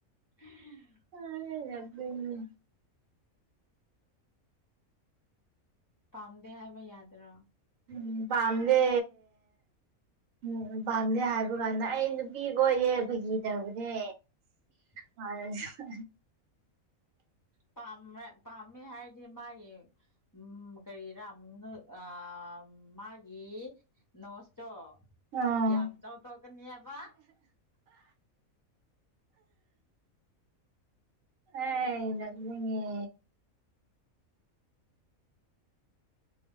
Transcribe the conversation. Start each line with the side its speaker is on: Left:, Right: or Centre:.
Left: <unintelligible>
Right: ꯑ ꯌꯥꯗꯣꯢꯅꯤ
Left: ꯄꯥꯝꯗꯦ ꯍꯥꯏꯕ ꯌꯥꯗ꯭ꯔꯥ
Right: ꯎꯝ ꯄꯥꯝꯗꯦ ꯎꯝ ꯄꯥꯝꯗꯦ ꯍꯥꯏꯕ ꯀꯥꯟꯗ ꯑꯩ ꯅꯨꯄꯤ ꯀꯣꯢꯌꯦ ꯐꯥꯒꯤ ꯇꯧꯕꯅꯦ
Left: <unintelligible>
Right: ꯃꯥꯅꯁꯨ
Left: ꯄꯥꯝꯃꯦ ꯄꯥꯝꯃꯦ ꯍꯥꯏꯔꯗꯤ ꯃꯥꯒꯤ ꯎꯝ ꯀꯥꯔꯤꯔ ꯅꯣꯢ ꯑꯥ ꯃꯥꯒꯤ ꯅꯣꯁꯇꯣ
Right: ꯑꯥ
Left: ꯌꯥꯝ ꯆꯥꯎꯊꯣꯛꯀꯅꯦꯕ
Right: ꯍꯣꯢ ꯅꯣꯛꯅꯤꯡꯉꯦ